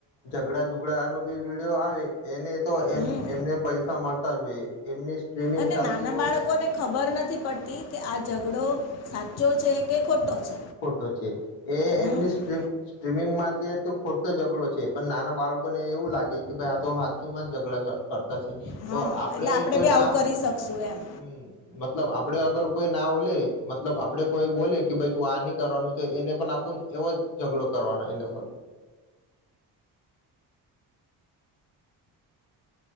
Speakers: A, on the left; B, on the left.
A: ઝઘડા ઝુઘડાનો બી વિડીયો આવે એને તો એ
B: હમ
A: એમને પૈસા મળતા જ હોય એમની ગેમિંગ
B: અને
A: ચાલતી
B: નાના
A: હોય
B: બાળકોને ખબર નથી પડતી કે આ ઝઘડો સાચો છે કે ખોટો છે.
A: ખોટો છે એ
B: હમ
A: એમની સ્ટ્રીમિંગ માં તો ખોટો ઝઘડો છે પણ નાના બાળકો ને એવું લાગે કે ભાઈ આ તો હાથચુમાં જ ઝઘડા કર તા છે
B: હા
A: તો આપડે
B: એટલે
A: કોઈ
B: બી આવું
A: નામ
B: કરી શકશું એમ
A: હમ મતલબ આપડે અગર કોઈ ના ઓલે મતલબ આપડે કોઈ બોલે કે તું આની કરવાનું તો એને પણ આપણું એવો જ ઝઘડો કરવાનો એના સાથે